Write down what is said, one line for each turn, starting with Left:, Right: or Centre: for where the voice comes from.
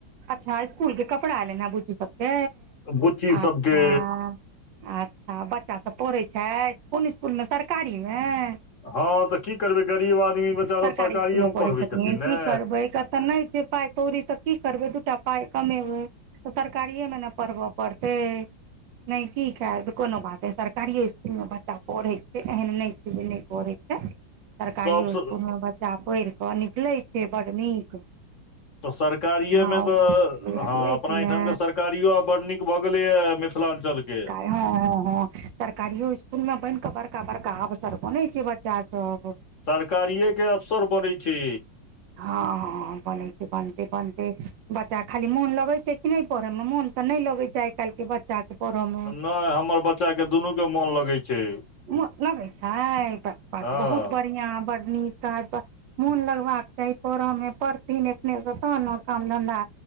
Right: अच्छा इस्कूल के कपड़ा एनैन हें बुच्ची सबके,
Left: बुच्ची
Right: आच्छा।
Left: सबके
Right: अच्छा बच्चा सब पढ़ै छैथ, कुन इस्कूल मे सरकारी मे
Left: हँ तऽ की करबै गरीब आदमी बेचारा
Right: सरकारी
Left: सरकारिएमे
Right: इस्कूल मे पढ़ै
Left: पढ़बै
Right: छथिन की
Left: ने
Right: करबै क त नै छै पाइ कौड़ी त की करबै, दूटा पाइ कमेबै त सरकारीये मे ने पढ़ब पड़तै, नै की करबै कोनो बात तै सरकारिये इस्कूल मे बच्चा पढ़ै छै एहन नै छै जे नै पढ़ै छै। सरकारीयो
Left: सब
Right: इस्कूल
Left: स-
Right: मे बच्चा पैढ़ क निकलै छै बड्ड नीक।
Left: त सरकारिये
Right: हँ
Left: मे त
Right: बुझलियै
Left: हां अपना
Right: कि
Left: एठाम
Right: ने
Left: के सरकारियो आब बड़ नीक भ गेलैया मिथिलाञ्चल के।
Right: हां, हां, हां सरकारियो इस्कूल मे बैन क बड़का-बड़का अवसर बनै छै बच्चा सब।
Left: सरकारिये के अपसर बनै छै।
Right: हां-हां हाँ बनै छै, बनतत-बनतै बच्चा खाली मोन लगै छै कि नै पढ़य मे, मोन तै नै लगै छै आइ-काएल के बच्चा के। पढ़य मे
Left: नय हमर बच्चा के दुनू के मोन लगै छै।
Right: मुन लगै छाय त
Left: हँ
Right: बहुत बढ़िया, बड़ नीक तहनत मोन लगबाक चाही पढ़ मे पढ़थिन एखने स तहन न काम-धन्धा